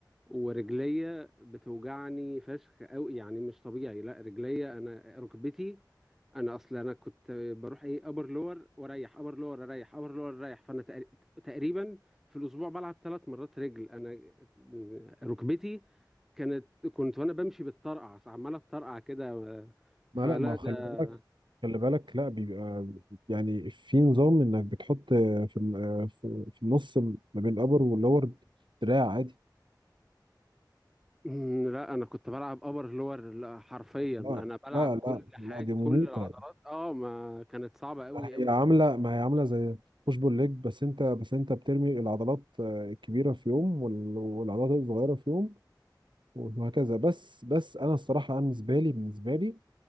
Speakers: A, in the centre; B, on the right.
A: ورجليا بتوجعني فشخ قوي يعني مش طبيعي لا رجليا انا ركبتي انا اصلا انا كنت بروح ايه ابر لور واريح ابر لور اريح ابر لور اريح فانا تقر- تقريبا في الاسبوع بلعب ثلاث مرات رجل انا ركبتي كانت كنت وانا بمشي بالطرقع عماله اتطرقع كده فلا
B: ما لا ما
A: ده
B: خلي بالك خلي بالك لا بيبقى يعني في نظام انك بتحط في الم- آه، في في النص ما بين الابر واللور دراع عادي
A: <clears throat> مم، لا انا كنت بلعب ابر لور لا حرفيا
B: لا
A: انا بلعب
B: لا لا
A: كل حاجه
B: لا دي
A: كل
B: مميتة
A: العضلات اه ما كانت صعبه قوي
B: ما
A: قوي
B: هي عامله ما هي عامله زي بوش بول ليج بس انت بس انت بترمي العضلات آه، الكبيره في يوم وال- والعضلات الصغيره في يوم وهكذا بس بس انا الصراحه انا بالنسبه لي بالنسبه لي